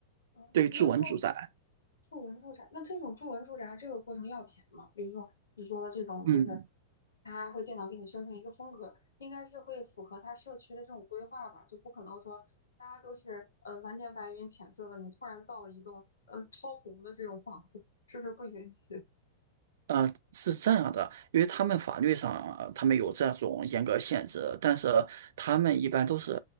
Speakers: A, on the left; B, on the right.
A: 哦，
B: 对于筑文住宅，
A: 那那住文住宅，那这种住文住宅这个过程要钱吗？比如说你说的这种就是
B: 嗯。
A: 它会电脑给你生成一个风格，应该是会符合他社区的这种规划吧，就不可能说大家都是呃蓝天白云浅色的，你突然造了一栋呃超红的这种房子，是不是不允许？
B: 呃，是这样的，因为他们法律上呃他们有这种严格限制，但是他们一般都是，